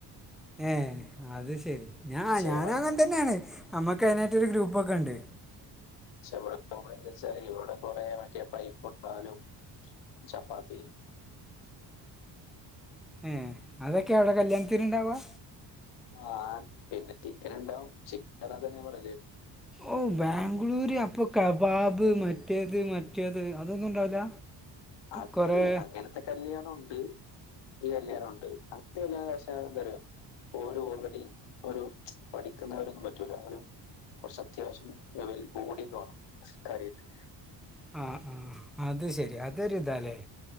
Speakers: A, in the centre; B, on the left.
A: ഏഹ അത് ശരി ഞാ
B: ക്ഷേമ
A: ഞാന
B: പക്ഷെ
A: അങ്ങൻ തന്നെയാണ് അമ്മക്ക് അതിനായിട്ടരു ഗ്രൂപ്പൊക്കെ ഉണ്ട്.
B: പക്ഷെ ഇവിടെ നന്താ വച്ചാല് ഇവിടെ കൊറ മറ്റേ പരിപ്പാലും ചപ്പാത്തി
A: ഉം അതൊക്കെ അവിടെ കല്യാണത്തിന ഉണ്ടാവുക
B: ആഹ് പിന്നെ ചിക്കൻ ഉണ്ടാവും ചിക്കൻന്നെ പോലല്ലേ
A: ഓ ബാംഗ്ലൂര് അപ്പൊ കബാബ് മറ്റേത് മറ്റേത് അതൊന്നും ഉണ്ടാവില്ല
B: അതണ്ട്
A: കുറേ
B: അങ്ങനത്തെ കല്യാണം ഉണ്ട് ഇഈ കല്യാറുണ്ട് അ എന്തോ ഓര ഓൾറെഡി ഒരു പഠിക്കുന്നവരൊന്നും പറ്റൂല അവ കുറച്ച് അത്യാവശ്യംൽ ബോഡട്ടണം കറിട്ട്
A: ആ ആഹ അത് ശരി അതൊരി ഇതാല്ലേ